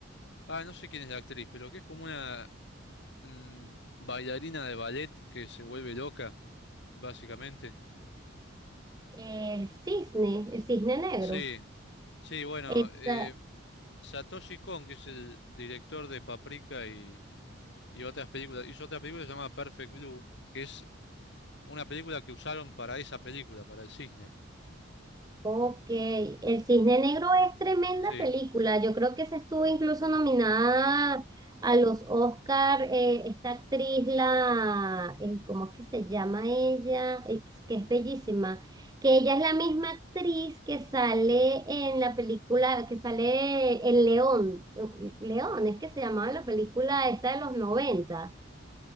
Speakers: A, on the left; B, on the right.
A: ah, no sé quién es la actriz, pero que es como una mm, bailarina de ballet que se vuelve loca, básicamente.
B: El cisne, el cisne negro.
A: Sí, sí, bueno,
B: Esa-
A: eh, Satoshi Kon, que es el director de Paprika y, y otras películas, hizo otra película llamada Perfect Blue, que es una película que usaron para esa película, para el cisne.
B: Ok, El Cisne Negro es tremenda
A: Sí,
B: película. Yo creo que se estuvo incluso nominada a los Oscar, eh, esta actriz, la, eh, ¿cómo es que se llama ella? Es que es bellísima. Que ella es la misma actriz que sale en la película, que sale El León. Uf, León, es que se llamaba la película esta de los 90